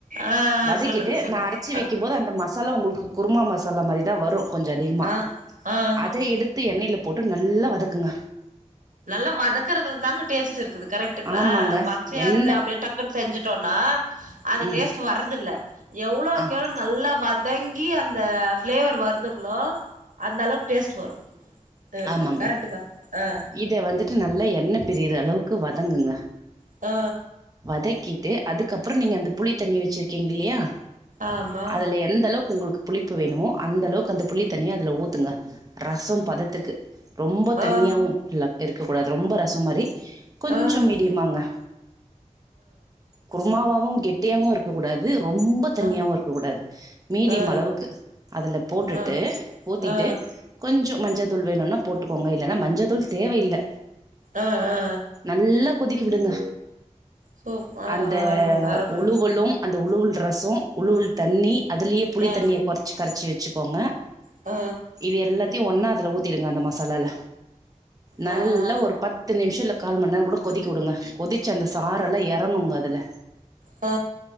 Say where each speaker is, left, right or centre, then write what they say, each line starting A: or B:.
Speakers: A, on the right (about 85°); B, on the right (about 30°).
A: ஆ ஆ
B: வதக்கிட்டு
A: சொல்லுங்க சொல்லுங்க
B: நா அரச்சு வைக்கும் போது அந்த ம மாலா உங்களுக்கு குருமா சாலா உங்களுக்கு குருமா மசாலா மாரி தா வரு கொஞ்ச அதிகமா
A: ஆ ஆ ஆ
B: அத எடுத்து எண்ணைல போட்டு நல்லா வதக்குங்க
A: நல்லா வதக்கறது தாங்க டேஸ்ட் இருக்குது கரெட்டுங்களா
B: ஆமாங்க
A: பச்சையாந்து
B: எண்ணெ
A: அப்டியேட டக் செஞ்சுசோனா அந்த
B: ம்
A: டேஸ்ட் வரதில்ல எவ்ளோக்
B: ஆமா
A: எவ்ளோ நல்லா வத ங்கி அந்த பிளேவர் வருதுங்களோ அந்த அளவு டேஸ்ட் வரு ஆ
B: ஆமாங்க
A: கரெக்டு தா ஆ
B: இத வந்துட்டு நல்லா என்ன பிறியற அளவுக்கு வதங்குங்க
A: ஆ
B: வதக்கிட்டு அதுக்கப்புறோ நீங்க அந்த புளி தண்ணி வெச்சிருக்கீங்க இல்லயா
A: ஆமா
B: அதுல எந்த அளவுக்கு உங்ளுக்கு புளிப்பு வேணுமோ அந்த அளவுக்கு அந்த புளி தண்ணிய அதுல ஊத்துங்க ரசம் பதத்துக்கு ரொம்ப தண்ணியாவு
A: ஆ
B: இல்ல இருக்க கூடாது ரொம்ப ரசம் மாரி கொஞ்சம்
A: ஆ ஆ
B: மீடியமாங்க குருமாவாவு கெட்டியாவு இருக்க கூடாது ரொம்ப தண்ணியாவு
A: அ
B: இருக்க கூடாது மீடியம்
A: ஆ ஆ
B: அளவுக்கு அதுல போட்டுட்டு
A: ஆ
B: ஊத்திட்டு
A: ஆ
B: கொஞ்ச மஞ்சதூள் வேணுனா போட்டுக்கோங்க இல்லன்னா மஞ்ச தூள் தேவையில்ல
A: ஆஆ ஆ
B: நல்லா கொதிக்கி விடுங்க
A: சூப் ஆ
B: அந்த
A: ஆ அருமங்க அரும
B: உழுவலு அந்த உழுவுல் ரசோ உழுவுல் தண்ணி அதுலேயே புளி
A: ஆ
B: தண்ணிய குறச்சி கரச்சி வெச்சுக்கோங்க
A: ஆ
B: இது எல்லாத்தையு ஒன்னா அதுல ஊத்திடுங்க அந்த மசாலால நல்லா
A: ஆ ஆ
B: ஒரு பத்து நிமிஷ இல்ல கால்மண்நேரோ கூட கொதிக்க விடுங்க கொதிச்சி அந்த சாரெல்லா இறங்குங் அதுல
A: ஆ